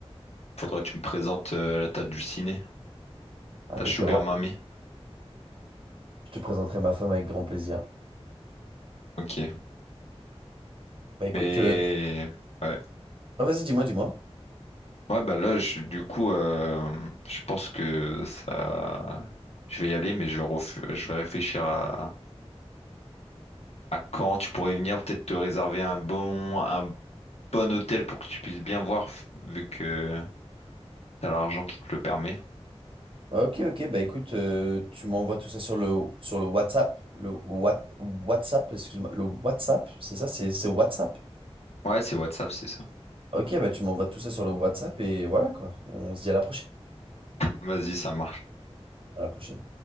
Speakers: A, on the left; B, on the right.
A: faudrait que tu me présentes euh, la tête du ciné,
B: Avec
A: ta Sugar
B: grand...
A: Mummy.
B: Je te présenterai ma femme avec grand plaisir.
A: Ok,
B: Bah écoute,
A: mais
B: euh,
A: ouais.
B: ah, vas-y, dis-moi, dis-moi.
A: Ouais, bah là, je- du coup, euh, je pense que ça. Je vais y aller, mais je vais, ref- je vais réfléchir à... à quand tu pourrais venir, peut-être te réserver un bon... un bon hôtel pour que tu puisses bien voir, vu que t'as l'argent qui te le permet.
B: Ah, Ok, ok, bah écoute, euh, tu m'envoies tout ça sur le, sur le WhatsApp. Le What- WhatsApp, excuse-moi. Le WhatsApp, c'est ça, c'est c'est WhatsApp.
A: Ouais, c'est WhatsApp, c'est ça.
B: Ok, bah tu m'envoies tout ça sur le WhatsApp et voilà quoi. On se dit à la prochaine.
A: Vas-y, ça marche.
B: À la prochaine.